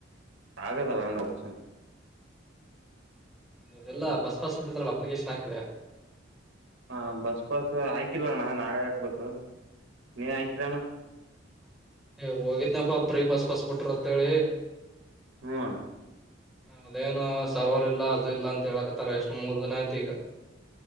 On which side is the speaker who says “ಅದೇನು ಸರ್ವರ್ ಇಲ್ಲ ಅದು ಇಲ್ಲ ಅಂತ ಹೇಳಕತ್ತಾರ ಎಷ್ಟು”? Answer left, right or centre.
Centre